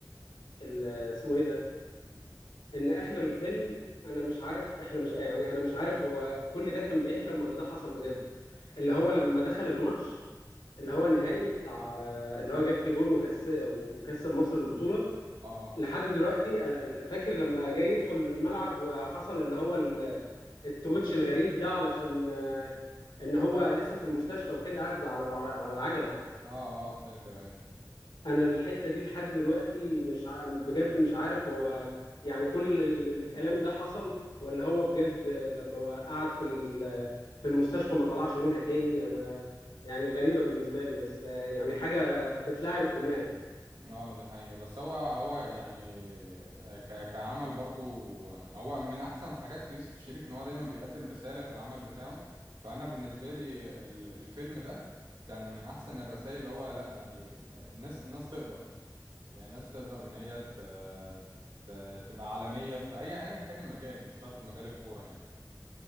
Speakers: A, on the left; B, on the right.
A: ال- اسمه ايه ده ان اخر الفيلم انا مش عارف احنا مش يعني انا مش عارف هو كل ده كان بيحلم ولا ده حصل بجد اللي هو لما دخل الماتش اللي هو النهائي بتاع اللي هو جاب فيه جون وكس وكسب مصر البطوله
B: اه
A: لحد دلوقتي أنا فاكر لما جاي يدخل الملعب وحصل اللي هو التويتش الغريب ده علشان آه، ان هو لسه في المستشفى وكده قاعد على العر- على العجله
B: اه اه فاكر أيوه
A: انا الحته دي لحد دلوقتي مش ع... بجد مش عارف هو يعني كل ال- الكلام ده حصل ولا هو بجد آه، لما هو قعد في ال... في المستشفى ما طلعش منها تاني انا يعني غريبه بالنسبه لي بس آه، يعني حاجه بتلعب الدماغ
B: اه دي حقيقة بس هو هو يعني آه، ك كعمل برضو آه، هو من احسن الحاجات في يوسف الشريف ان هو دايما بيقدم رسالة في العمل بتاعه فانا بالنسبة لي ال- الفيلم ده كان من احسن الرسائل اللي هو لا يعني ما- الناس الناس تقدر يعني الناس تقدر ان هي ت ت تبقى عالمية في اي ايا كان المجال مش شرط مجال الكورة يعني